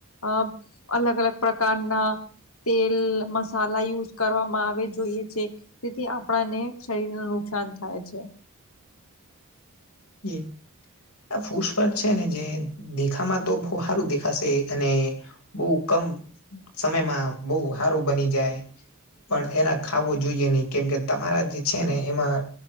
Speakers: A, on the left; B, on the left.
A: અ અલગ અલગ પ્રકારના તેલ મસાલા યુઝ કરવામાં આવે જોઈએ છે. તેથી આપણાને શરીર નુ નુકસાન થાય છે.
B: એ આ ફૂસફાટ છે, ને જે દેખામાં તો બો હારું દેખાશે અને બો કમ સમયમાં બો હારું બની જાય પણ એના ખાવો જોઈએ ની કેમકે તમારા જે છે, ને એમાં